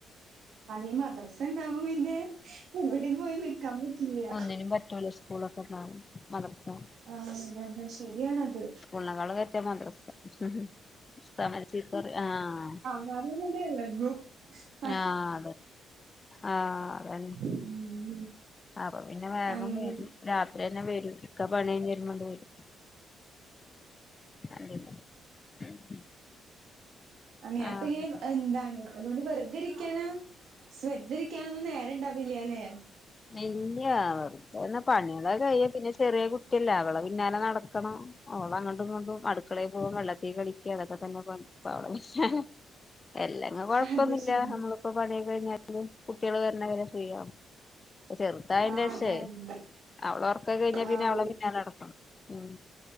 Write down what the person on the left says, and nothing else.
അയ്‌നും പറ്റൂല സ് സ്‌കൂളൊക്കെ ഇണ്ടാവും മദ്റസ
സ്കൂളിനേക്കാളും <unintelligible> മദറസ <unintelligible> ആഹ്
ആഹ് അതെ ആഹ് അതന്നെ
അപ്പൊ പിന്നെ വേഗം
വെരും രാത്രിയ ന്നെ വെരും. ഇക്ക പണി കഴിഞ്ഞ് വരുണോണ്ട് വരും <unintelligible>
ആഹ്
ഇല്ലാ അവളെട്ത്ത് തന്നെ പണികള് കഴിയ പിന്നെ ചെറിയ കുട്ടിയെല്ലേ അവളെ പിന്നാലെ നടക്കണം ഓള് അങ്ങട്ടും ഇങ്ങട്ടും അടുക്കളേ പോകും. വെള്ളത്തീ കളിക്കും അതൊക്ക തന്ന പണി ഇപ്പ അവള വിളിച്ച <unintelligible> അല്ലങ്ങ് കൊഴപ്പൊന്നു
ഇല്ല.
നമ്മള് ഇപ്പോ പണിയൊക്ക കഴിഞ്ഞാലും കുട്ടികള് വര്ണ വരെ ഫ്രീ ആകും ചെറുതായേന്റേഷേ
അവള് ഒറക്കൊക്കെ കഴിഞ്ഞാ
പിന്നെ അവളെ പിന്നാലെ നടക്കണം ഉം